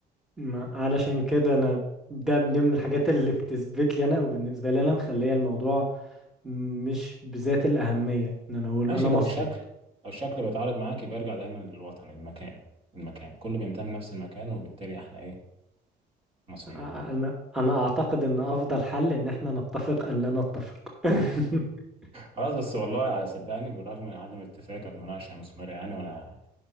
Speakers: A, in the centre; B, on the right (about 35°).
A: ما علشان كده انا ده من ضمن الحاجات اللي بتثبت لي انا او بالنسبه لي انا مخليه الموضوع مش بذات الأهمية إن أنا أقول
B: ماشي
A: أنا
B: لو
A: مصري
B: الشكل لو الشكل بيتعارض معاك يبقى ارجع دايما للوطن المكان المكان كله بينتمي لنفس المكان وبالتالي احنا ايه مصريين
A: أ- أ- أنا أنا أعتقد إن أفضل حل إن إحنا نتفق أن لا نتفق <laughs>
B: خلاص بس والله على صدقني بالرغم من عدم الاتفاق كانت مناقشة مثمرة يعني وانا